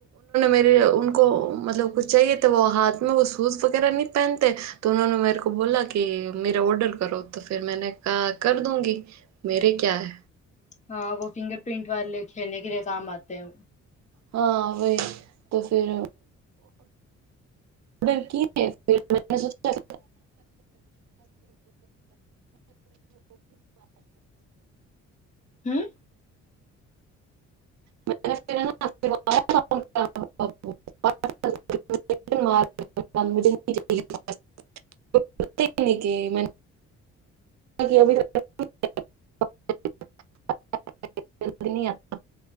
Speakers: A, on the right; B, on the left.
A: મેરેકો મતલબ ક ચાએ તો વ હાથ વ સૂઝ વગેરે નંહી પહેનતે તો ને મેરે કો બોલા કે મેરા ઓર્ડર કરો તો ફિર મેને કા કર દુંગી મેરે ક્યા
B: હા વો ફિંગર પરિન્ટ વાલે ખેલને કે લિએ કામ આતે હ
A: હા વ ઈ તો ફિર <inaudible>
B: હમ
A: <unintelligible> <unintelligible> <unintelligible> <inaudible>